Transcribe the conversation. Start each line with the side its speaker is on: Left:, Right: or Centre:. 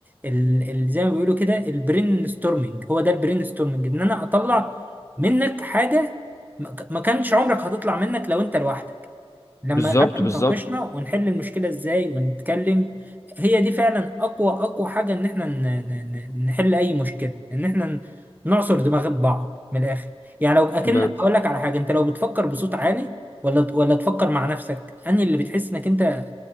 Right: ال... ال... زي ما بيقولوا كده البرين ستورمنج هو ده البرين ستورمنج ان انا اطلع منك حاجه ما ك- ما كانش عمرك هتطلع منك لو انت لوحدك لما
Left: بالظبط
Right: قعدنا اتناقشنا
Left: بالظبط
Right: ونحل المشكلة ازاي ونتكلم هي دي فعلا اقوى اقوى حاجة ان احنا ن- ن- ن- نحل اي مشكلة ان احنا نعصر دماغ بعض من الاخر يعني لو اكن
Left: م-
Right: اقول لك على حاجة انت لو بتفكر بصوت عالي ولا ولا تفكر مع نفسك انهي اللي بتحس انك انت